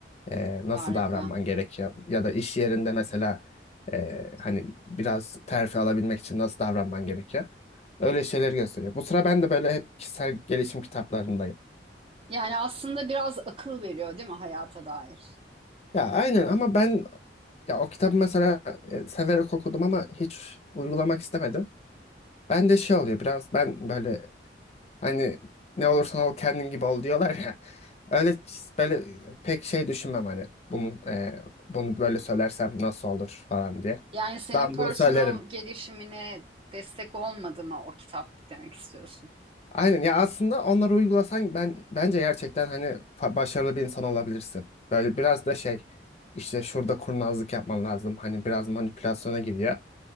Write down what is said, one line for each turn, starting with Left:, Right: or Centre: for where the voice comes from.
Left: e, nasıl
Right: harika.
Left: davranman gerekiyor ya da iş yerinde mesela e, hani biraz terfi alabilmek için nasıl davranman gerekiyor. Öyle şeyleri gösteriyor. Bu sıra ben de böyle hep kişisel gelişim kitaplarındayım.
Right: Yani aslında biraz akıl veriyor değil mi hayata dair?
Left: Ya aynen ama ben ya o kitabı mesela e, severek okudum ama hiç uygulamak istemedim. Ben de şey oluyor biraz ben böyle hani ne olursan ol kendin gibi ol diyorlar ya. Öyle ç- böyle pek şey düşünmem hani bunu e, bunu böyle söylersem nasıl olur falan diye.
Right: Yani senin
Left: Dandun
Right: personal
Left: söylerim.
Right: gelişimine destek olmadı mı o kitap demek istiyorsun.
Left: Aynen ya aslında onları uygulasan ben bence gerçekten hani fa- başarılı bir insan olabilirsin. Böyle biraz da şey işte şurada kurnazlık yapman lazım. Hani biraz manipülasyona giriyor.